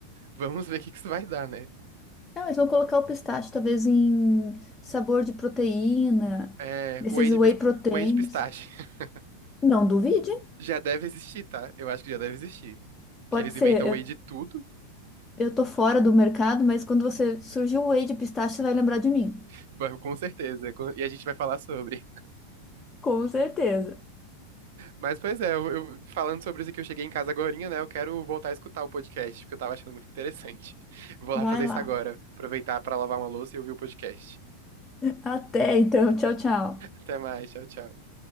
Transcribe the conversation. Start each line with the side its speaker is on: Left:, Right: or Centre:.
Right: vamos ver o que que isso vai dar, né?
Left: Não, eles vão colocar o pistache talvez em sabor de proteína,
Right: É,
Left: desses
Right: o whey de,
Left: whey
Right: pis-
Left: proteins.
Right: whey de pistache. <laughs>
Left: Não duvide.
Right: Já deve existir, tá? Eu acho que já deve existir.
Left: Pode
Right: Que eles
Left: ser.
Right: inventam
Left: Eu
Right: whey de tudo,
Left: Eu tô fora do mercado, mas quando você surgir o whey de pistache, você vai lembrar de mim.
Right: <laughs> com certeza. E a gente vai falar sobre.
Left: Com certeza.
Right: Mas, pois é, eu, eu- falando sobre isso aqui, eu cheguei em casa agorinha, né? Eu quero voltar a escutar o podcast, porque eu tava achando muito interessante. <laughs> Vou lá
Left: Vai
Right: fazer
Left: lá.
Right: isso agora, aproveitar pra lavar uma louça e ouvir o podcast.
Left: Até então. Tchau, tchau.
Right: Até mais, tchau, tchau.